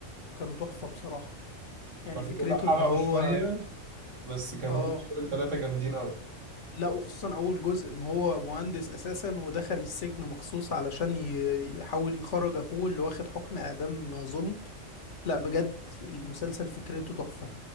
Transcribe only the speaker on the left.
كانوا تحفة بصراحة يعني
فكرته
ان هو
اه
لا وخصوصا اول جزء ان هو مهندس اساسا ودخل السجن مخصوص علشان ي- يحاول يخرج اخوه اللي واخد حكم اعدام ظلم لا بجد المسلسل فكرته تحفة